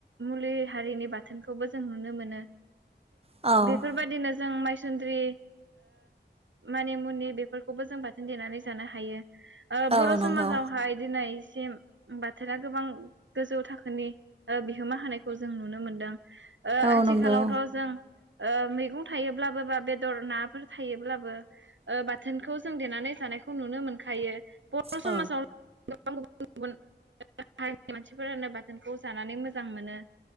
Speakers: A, on the right; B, on the right.
A: मुलि हारिनि बाथोनखौबो जों नुनो मोनो
B: औ
A: बेफोरबायदिनो जों माइसुन्द्रि मानि मुनि बेफोरखौबो जों बाथोन देनानै जानो हायो ओ बर
B: औ नंगौ
A: समाजाव हाय दिनैसिम बाथोना गोबां गोजौ थाखोनि बिहोमा होनायखौ जों नुनो मोनदों
B: औ
A: आथिखालावथ
B: नंगौ
A: जों ओ मैगं थायोब्लाबो बा बेदर नाफोर थायोब्लाबो बाथोनखौ जों देनानै जानाय नुनो मोनखायो बर
B: औ
A: समाव <unintelligible> गुबुन गुबुनारिनि मानसिफोरानो बाथोनखौ जानानै मोजां मोनो